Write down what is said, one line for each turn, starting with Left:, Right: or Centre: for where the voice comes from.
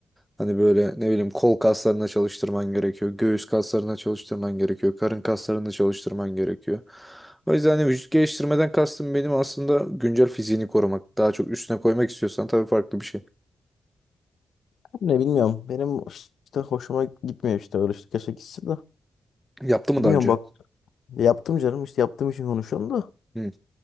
Centre: Hani böyle ne bileyim kol kaslarına çalıştırman gerekiyor. Göğüs kaslarına çalıştırman gerekiyor. Karın kaslarına çalıştırman gerekiyor. O yüzden hani vücut geliştirmeden kastım benim aslında güncel fiziğini korumak. Daha çok üstüne koymak istiyorsan tabii farklı bir şey.
Left: Ne bilmiyorum. Benim işte hoşuma gitmiyor işte öyle işte keşke gitsin de.
Centre: Yaptı mı
Left: Bilmiyorum
Centre: daha önce?
Left: bak yaptım canım işte yaptığım için konuşuyorum da.
Centre: Hı.